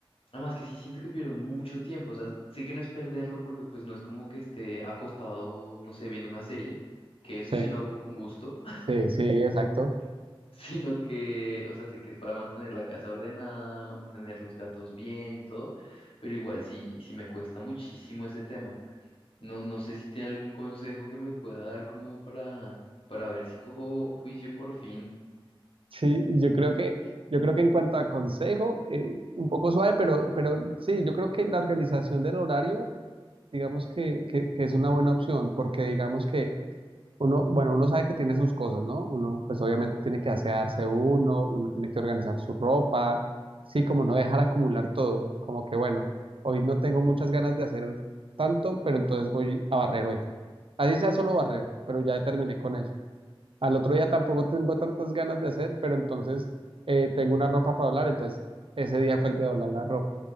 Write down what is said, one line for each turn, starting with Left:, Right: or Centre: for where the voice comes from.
Left: Además que sí siento que pierdo mucho tiempo, o sea, sé que no es perderlo porque pues no es como que esté acostado, no sé, viendo una serie, que eso
Right: Sí,
Left: sí lo hago con gusto,
Right: sí, sí, exacto.
Left: <laughs> sino que, o sea, sé que es para mantener la casa ordenada, mantener los gatos bien y todo, pero igual sí, sí me cuesta muchísimo ese tema. No, no sé si tiene algún consejo que me pueda dar como para, para ver si cojo juicio por fin.
Right: Sí, yo creo que, yo creo que en cuanto a consejo, eh, un poco suave, pero, pero sí, yo creo que la organización del horario, digamos que, que, que es una buena opción, porque digamos que uno, bueno, uno sabe que tiene sus cosas, ¿no? Uno, pues obviamente tiene que asearse uno, uno tiene que organizar su ropa, sí, como no dejar acumular todo, como que bueno, hoy no tengo muchas ganas de hacer tanto, pero entonces voy a barrer hoy. Así sea solo barrer, pero ya terminé con eso. Al otro día tampoco tengo tantas ganas de hacer, pero entonces eh, tengo una ropa para doblar, entonces ese día fue el de doblar la ropa,